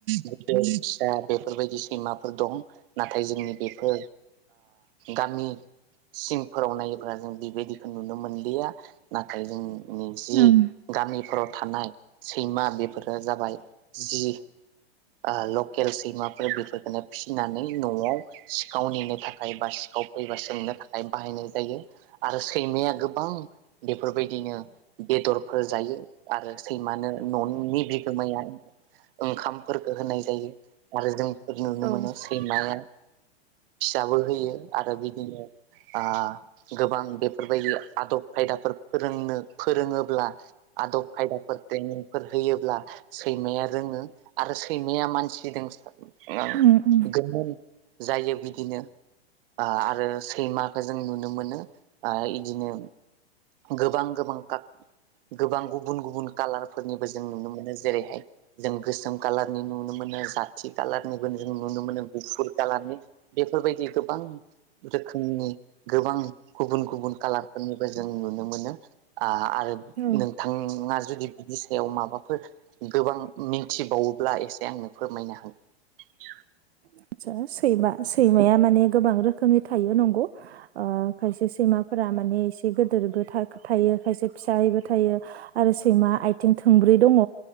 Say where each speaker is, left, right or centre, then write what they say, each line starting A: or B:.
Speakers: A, on the right (about 60°); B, on the right (about 75°).
A: गिदिर फिसा बेफोरबायदि सैमाफोर दं। नाथाय जोंनि बेफोर गामि आ सिंफोराव नायोब्ला जों बेबायदि नुनो मोनलिया। नाथाय जों नि जि
B: ओं
A: गामिफोराव थानाय सैमा बेफोरो जाबाय जि आ लकेल सैमाफोर बेफोरखौनो फिसिनानै न'आव सिखाव नेनो थाखाय बा सिखाव फैबा सोंनो थाखाय बाहायनाय जायो आरो सैमाया गोबां बेफोरबायदिनो बेदरफोर जायो आरो सैमानो न'नि बिगोमाया ओंखामफोरखौ होनाय जायो आरो जों नुनो
B: औ उम
A: मोनो सैमाया फिसाबो होयो आरो बिदिनो आ गोबां बे बेफोरबायदि आदब खायदाफोर फोरोंनो फोरोङोब्ला आदब खायदाफोर ट्रेनिंफोर होयोब्ला सैमाया रोङो आरो सैमाया मानसि दों सार
B: उम
A: गोमोन जायो बिदिनो आ आरो सैमखौ जों नुनो मोनो आं इदिनो गोबां गोबां खा गोबां गुबुन गुबुन कालारफोरनिबो जों नुनो मोनो जेरैहाय जों गोसोम कालारनि नुनो मोनो जाथि खाालारनिबो जों नुनो मोनो गुफुर कालारनि बेफोरबायदि गोबां रोखोमनि गोबां गुबुन गुबुन कालारफोरनिबो जों नुनो मोनो आ आरो
B: औ
A: नोंथाङा जुदि बिनि सायाव माबाफोर गोबां मिथिबावोब्ला एसे आंनो फोरमायनो हागोन
B: आदसा सैमा सैमाया माने गोबां रोखोमनि थायो नंगौ खायसे ओ सैमाफोरा माने एसे एसे गिदिरबो थाख थायो <unintelligible> फिसाहैबो थायो आरो सैमा आथिं थोंब्रै दङ